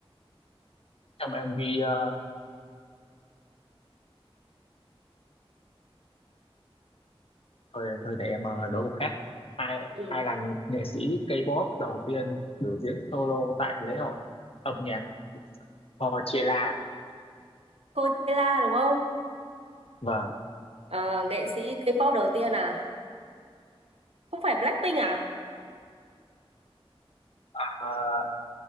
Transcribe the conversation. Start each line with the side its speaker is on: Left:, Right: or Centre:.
Left: trong MV ờ, thôi thôi để em ờ, đố câu khác ai
Right: Ừ.
Left: ai là ng- nghệ sĩ K-pop đầu tiên biểu diễn solo tại lễ hội âm nhạc Coachella
Right: Coachella đúng không?
Left: vâng
Right: Ờ, nghệ sĩ K-pop đầu tiên à? Không phải Blackpink à?
Left: à,